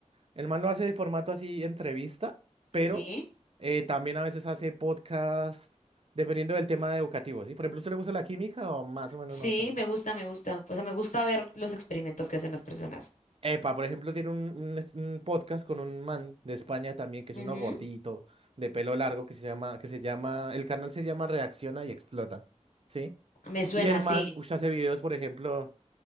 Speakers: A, on the right (about 50°); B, on the left (about 85°).
A: mm, el man lo hace de formato así, entrevista, pero
B: Sí,
A: eh, también a veces hace podcast, dependiendo del tema educativo, ¿sí? Por ejemplo, ¿a ¿usted le gusta la química o más o menos
B: sí,
A: no tanto?
B: me gusta, me gusta. O sea, me gusta ver los experimentos que hacen las personas.
A: Epa, por ejemplo, tiene un, un es- un podcast con un man de España también, que es
B: Ujú,
A: uno gordito, de pelo largo, que se llama, que se llama, el canal se llama Reacciona y Explota, ¿sí?
B: Me suena,
A: Y el man,
B: sí.
A: ush, hace videos, por ejemplo,